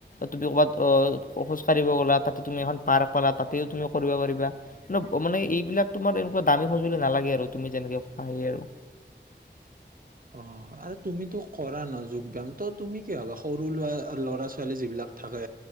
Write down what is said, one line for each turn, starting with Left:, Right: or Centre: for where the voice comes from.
Left: তুমি ক'ৰবাত খোজ কাঢ়িব গ'লা তাতে তুমি এখন পাৰ্ক পালা তাতেও তুমি কৰিব পাৰিবা মানে এইবিলাক তোমাৰ এনেকুৱা দামী সঁজুলি নালাগে আৰু তুমি যেনেকে সেইয়াই আৰু
Right: অ' আৰু তুমিতো কৰা ন যোগ ব্যায়াম ত তুমি কি হবা সৰু লৰা ল'ৰা ছোৱালী যিবিলাক থাকে